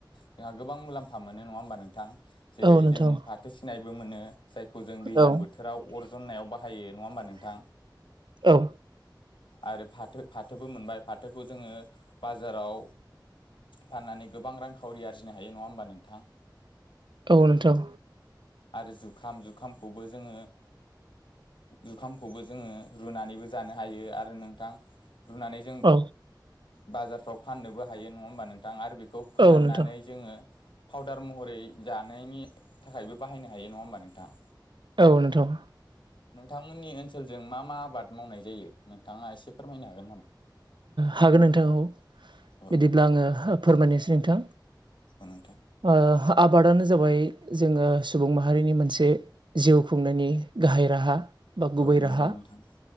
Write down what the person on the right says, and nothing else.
औ नोंथां
औ
औ
औ नोंथां।
औ
औ नोंथां
औ नोंथां।
हागोन नोंथांखौ
बिदिब्ला आङो फोरमायनोसै। नोंथां
ओ आबादानो जाबाय जोंङो सुबुं माहारिनि मोनसे जिउ खुंनायनि गाहाय राहा। बा गुबै
राहा